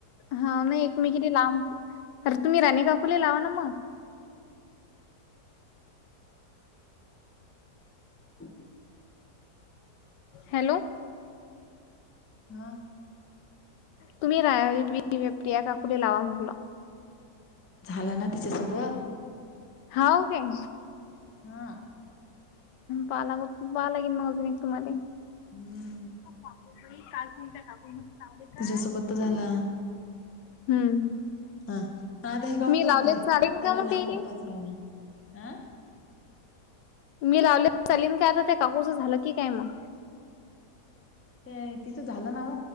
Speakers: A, on the left (about 85°); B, on the left (about 20°).
A: हा नाही एकमेकींना लांब अरे तुम्ही राणी काकूंले लावा ना मग.
B: <inaudible>
A: हॅलो.
B: हां.
A: तुम्ही राहा प्रिया काकुले लावा म्हटलं.
B: झालं ना तिच्यासोबत.
A: हाव काय.
B: हां.
A: पाला पाहा लागेन मग अजून तुम्हाले.
B: हम्म
A: चांगई काल दिन टाकून, म्ह चांगले काय.
B: तिच्यासोबत तर झाला
A: हम्म.
B: हा आता हे काढून
A: मी
B: दाक
A: लावले
B: मले,
A: चालेल
B: त्याला
A: का मग
B: ना
A: तेले
B: पप्पाच नाव ना, आ?
A: मी लावले चालीन काय आता ते, काकूचं झालं की काय मग?
B: ते, तिचं झालं ना